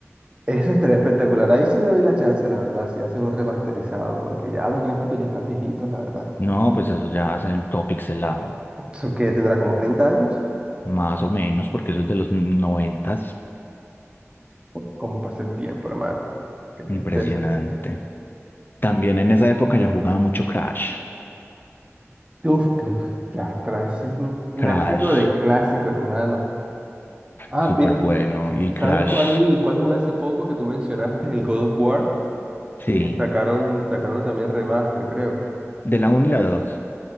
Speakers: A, on the right (about 20°); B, on the left (about 40°).
A: Eso estaría espectacular. Ahí sí le doy la chance, la verdad, si hacen un remasterizado, porque ya los gráficos ya están viejitos, la verdad.
B: No, pues eso ya es en todo pixelado,
A: Eso que tendrá como treinta años.
B: más o menos, porque eso es de los noventas.
A: ¿Cómo pasa el tiempo, hermano? Qué tristeza.
B: Impresionante. También en esa época yo jugaba mucho Crash.
A: Uf, creo que la Crash es un clásico
B: Crash,
A: de clásico, hermano. Ah,
B: súper
A: mira,
B: bueno. Y
A: ¿sabes
B: Crash,
A: cuál, cuál jugué hace poco que tú mencionaste? El God of War,
B: sí,
A: que sacaron, sacaron también remaster, creo.
B: de la uno y la dos,